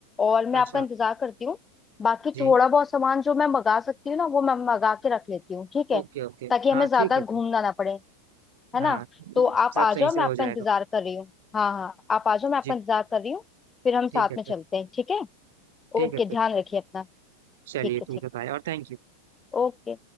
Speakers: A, on the left; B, on the right.
A: और मैं
B: अच्छा
A: आपका इंतजार करती हूँ बाकी
B: जी
A: थोड़ा बहुत सामान जो मैं मंगा सकती हूँ ना वो मैं मंगा के रख लेती हूँ ठीक है
B: Okay okay
A: ताकि
B: हाँ
A: हमें ज्यादा
B: ठीक है
A: घूमना
B: फिर
A: ना पड़े है
B: हाँ
A: ना तो आप
B: सब
A: आ
B: सही
A: जाओ
B: से
A: मैं
B: हो
A: आपका
B: जाएगा
A: इंतजार कर रही हूँ हाँ हाँ आप आ जाओ मैं आपका
B: जी
A: इंतजार कर रही हूँ फिर हम साथ
B: ठीक है
A: में चलते
B: फिर
A: हैं ठीक है
B: ठीक
A: ओके
B: है फिर।
A: ध्यान रखिए अपना
B: चलिए
A: ठीक है
B: ठीक
A: ठीक
B: है भाई और थैंक यू
A: ओके